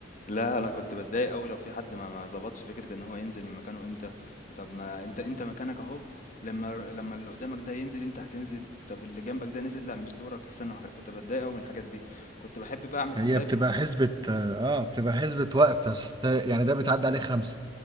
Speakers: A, on the left; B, on the right.
A: لا انا كنت بتضايق قوي لو في حد ما ما ظبطش فكره ان هو ينزل من مكانه امتى طب ما انت انت مكانك اهو لما لما اللي قدامك ده ينزل انت هتنزل طب اللي جنبك ده نزل لا مش دورك استنى وهك- كنت بتضايق قوي من الحاجات دي كنت بحب
B: <laughs>
A: بقى اعمل
B: هي
A: حسابي
B: بتبقى حسبة اه بتبقى حسبة وقت أصل يعني ده بيتعدى عليه خمسة